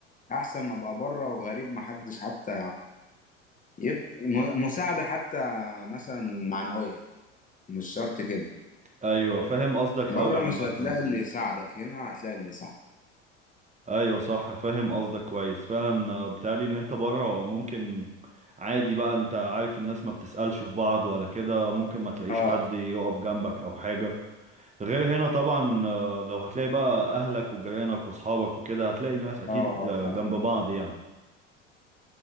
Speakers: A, on the left; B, on the right.
A: احسن ما ابقى بره وغريب محدش حتى يبقى م- مساعدة حتى مثلا معنوية مش شرط كده
B: ايوه فاهم قصدك
A: بره
B: قوي عامة
A: مش هتلاقي اللي يساعدك هنا هتلاقي اللي يساعدك
B: ايوه صح فاهم قصدك كويس فعلا آه، بيتهيألي ان انت بره ممكن عادي بقى انت عارف الناس ما بتسألش في بعض ولا كده ممكن ما تلاقيش
A: اه
B: حد يقف جنبك او حاجة غير هنا طبعا آه، لو هتلاقي بقى اهلك وجيرانك واصحابك وكده هتلاقي الناس اكيد
A: اه اه
B: آه،
A: فعلا
B: جنب بعض يعني